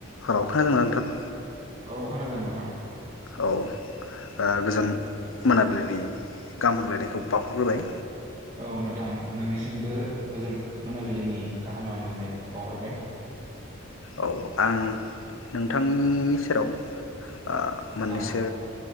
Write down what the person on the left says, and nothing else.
Hello खोनादोंना नोंथां?
औ ओ गोजोन मोनाबिलिनि गाहाम हामलायनायखौ बावहरग्रोबाय।
औ आं नों नोंथांनि सेराव ओ मोननैसो